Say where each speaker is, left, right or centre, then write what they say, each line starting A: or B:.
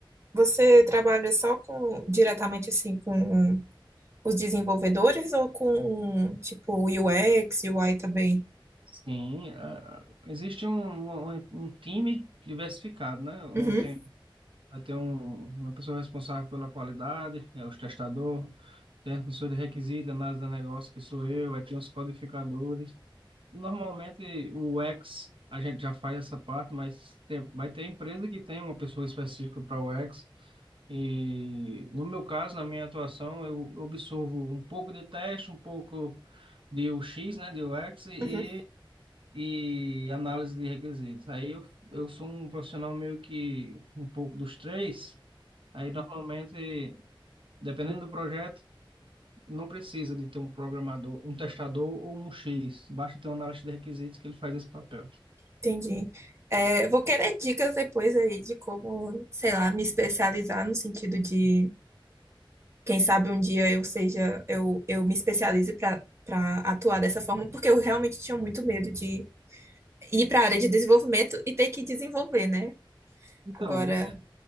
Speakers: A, on the right (about 30°); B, on the right (about 70°).
A: Você trabalha só com diretamente assim com os desenvolvedores ou com tipo UX, UI também?
B: Sim, ah, existe um, um, um time diversificado, né? Ontem
A: Uhum.
B: Vai ter um, uma pessoa responsável pela qualidade, é os testador, tem as pessoas de requisito, análise do negócio, que sou eu, aí tem os codificadores. Normalmente o U X a gente já faz essa parte, mas tem, vai ter empresa que tem uma pessoa específica para o U X E no meu caso, na minha atuação, eu absorvo um pouco de teste, um pouco de U X né, de U X e,
A: Uhum,
B: e análise de requisitos. Aí eu, eu sou um profissional meio que um pouco dos três, Aí, normalmente, dependendo do projeto, não precisa de ter um programador, um testador ou um X. Basta ter um analista de requisitos que ele faz esse papel.
A: Entendi. É, eu vou querer dicas depois aí de como, sei lá, me especializar no sentido de, quem sabe um dia eu seja, eu, eu me especialize para para atuar dessa forma, porque eu realmente tinha muito medo de ir para a área de desenvolvimento e ter que desenvolver, né?
B: Então,
A: Agora,
B: você